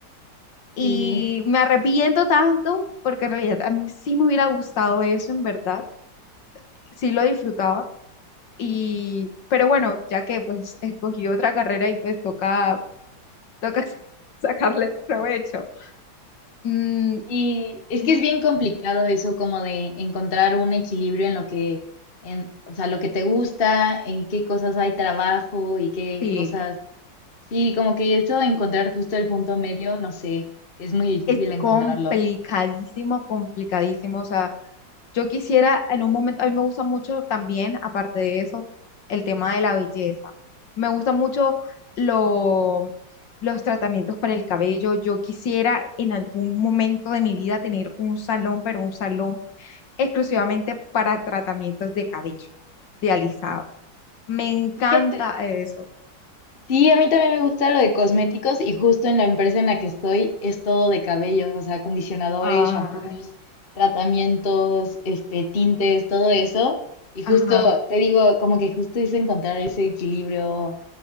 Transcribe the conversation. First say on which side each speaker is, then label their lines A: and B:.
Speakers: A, on the left (about 70°); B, on the left (about 35°).
A: Y
B: Sí,
A: me arrepiento tanto porque en realidad a mí sí me hubiera gustado eso, en verdad, sí lo disfrutaba y, pero bueno, ya que pues escogí otra carrera y pues toca, toca <laughs> sacarle provecho. Mm,
B: sí, es
A: mm,
B: que es bien complicado eso como de encontrar un equilibrio en lo que, en, o sea, lo que te gusta, en qué cosas hay trabajo y qué
A: sí,
B: cosas, sí, como que eso de encontrar justo el punto medio, no sé, es muy difícil
A: es
B: encontrarlo.
A: complicadísimo, complicadísimo. O sea, yo quisiera en un momento, a mí me gusta mucho también, aparte de eso, el tema de la belleza. Me gusta mucho lo, los tratamientos para el cabello. Yo quisiera en algún momento de mi vida tener un salón, pero un salón exclusivamente para tratamientos de cabello, de alisado. Me encanta
B: Fíjate,
A: eso.
B: sí, a mí también me gusta lo de cosméticos y justo en la empresa en la que estoy es todo de cabello, o sea, acondicionadores,
A: Ay,
B: shampoos, tratamientos, este, tintes, todo eso. Y justo,
A: ajá,
B: te digo, como que justo es encontrar ese equilibrio